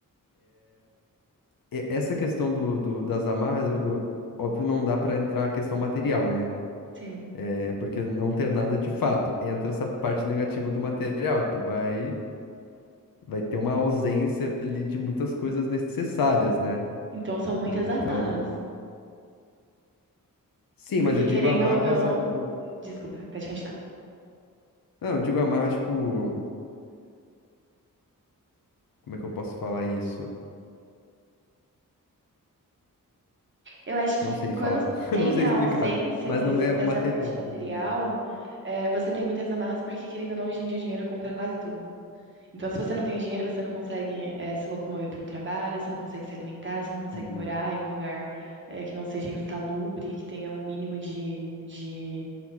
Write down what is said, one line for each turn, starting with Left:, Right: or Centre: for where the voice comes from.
Left: E- essa questão do, do- das amarras, eu, eu- óbvio, não dá pra entrar a questão material, né?
Right: Sim.
Left: É porque não tem nada de fato. Entra essa parte negativa do material. Tu vai, vai ter uma ausência ali de muitas coisas necessárias, né?
Right: Então são muitas
Left: Então,
Right: amarras.
Left: sim,
Right: Porque
Left: mas eu digo
Right: querendo
Left: amarras.
Right: ou não.
Left: a- Eu,
Right: Desculpa, pode continuar.
Left: não, eu digo amarras, tipo. Como é que eu posso falar isso?
Right: Eu acho que
Left: Não sei falar.
Right: quando
Left: <laughs>
Right: tem
Left: Não sei
Right: a
Left: explicar.
Right: ausência
Left: Mas
Right: desse-
Left: não é
Right: dessa
Left: o material
Right: parte material,
Left: que eu digo.
Right: é, você tem muitas amarras, porque querendo ou não, hoje em dia o dinheiro compra quase tudo. Então, se você não tem o dinheiro, você não consegue, é, se locomover para um trabalho, você não consegue se alimentar, você não consegue
Left: Uhum,
Right: morar em um lugar, é, que não seja insalubre, que tenha um mínimo de, de